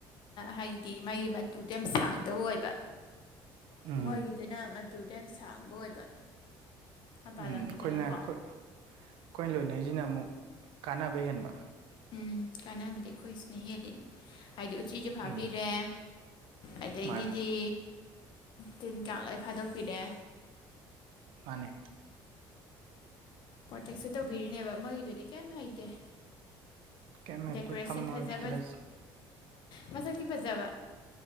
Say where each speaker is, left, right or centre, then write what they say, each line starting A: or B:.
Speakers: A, on the left; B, on the right.
A: ꯍꯥꯏꯗꯤ ꯃꯩ ꯃꯇꯨꯗꯣ ꯌꯥꯝ ꯁꯥꯡꯗꯕ ꯑꯣꯏꯕ
B: ꯎꯝ
A: ꯃꯣꯏꯒꯤꯗꯨꯅ ꯃꯇꯨꯗ ꯌꯥꯝ ꯁꯥꯡꯕ ꯑꯣꯏꯕ ꯃꯄꯥꯟ
B: ꯎꯝ
A: ꯂꯝꯒꯤꯗꯨꯅꯀꯣ
B: ꯑꯩꯈꯣꯏꯅ ꯑꯩꯈꯣꯏꯅ ꯂꯣꯏꯅꯔꯤꯁꯤꯅ ꯑꯃꯨꯛ ꯀꯥꯟꯅꯕ ꯍꯦꯟꯕ
A: ꯎꯝ ꯀꯥꯟꯅꯕꯗꯤ ꯑꯩꯈꯣꯏ ꯁꯤꯅ ꯍꯦꯜꯂꯤꯅꯦ ꯍꯥꯏꯗꯤ ꯎꯆꯁꯨ ꯐꯥꯕꯤꯔꯦ
B: ꯎꯝ
A: ꯑꯗꯒꯤꯗꯤ
B: ꯃꯥꯅꯦ
A: ꯇꯤꯟ ꯀꯥꯡ ꯂꯣꯏ ꯐꯥꯗꯣꯛꯄꯤꯔꯦ
B: ꯃꯥꯅꯦ
A: ꯄ꯭ꯔꯣꯇꯦꯛꯁꯨ ꯇꯧꯕꯤꯔꯤꯅꯦꯕ ꯃꯣꯏꯒꯤꯗꯨꯗꯤ ꯀꯩꯝ ꯍꯩꯇꯦ
B: ꯀꯩꯝ ꯂꯩꯇꯦ
A: ꯗꯦꯀꯣꯔꯦꯁꯟ
B: ꯐꯝꯃꯒ
A: ꯐꯖꯕ
B: ꯈꯤꯜꯂꯁꯤ
A: ꯃꯁꯛꯇꯤ ꯐꯖꯕ